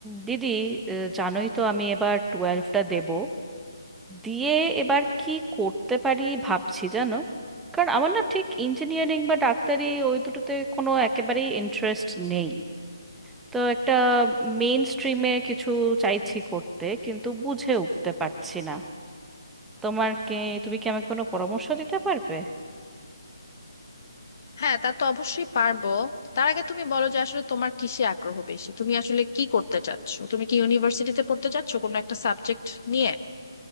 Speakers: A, in the centre; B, on the left.
A: দিদি আহ, জানোই তো আমি এবার টুয়েলভটা দেব দিয়ে এবার কি করতে পারি ভাবছি জানো কারণ আমার না ঠিক ইঞ্জিনিয়ারিং বা ডাক্তারি ওই দুটোতে কোনো একেবারেই ইন্টারেস্ট নেই তো একটা মেইন স্ট্রিমে কিছু চাইছি করতে কিন্তু বুঝে উঠতে পারছি না তোমার কি তুমি কি আমাকে কোনো পরামর্শ দিতে পারবে
B: হ্যাঁ তা তো অবশ্যই পারবো তার আগে তুমি বলো যে আসলে তোমার কিসে আগ্রহ বেশি তুমি আসলে কি করতে চাচ্ছো তুমি কি ইউনিভার্সিটিতে পড়তে চাচ্ছো কোনো একটা সাবজেক্ট নিয়ে